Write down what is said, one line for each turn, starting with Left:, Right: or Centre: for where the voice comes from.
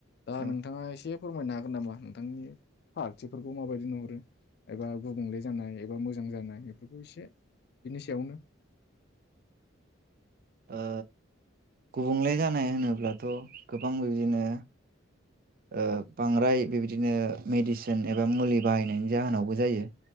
Left: दा
Right: औ
Left: नोंथाङा एसे <unintelligible> नामा नोंथांनि फारथिफोरखौ माबायदि नुहरो एबा गुबुंले जानाय एबा मोजां जानाय बेफोरखौ इसे बिनि सायावनो
Right: ओ गुबुंले जानाय होनोब्लाथ गोबां बिदिनो ओ बांद्राय बेबायदिनो मेडिसिन एबा मुलि बाहायनायनि जाहोनावबो जायो।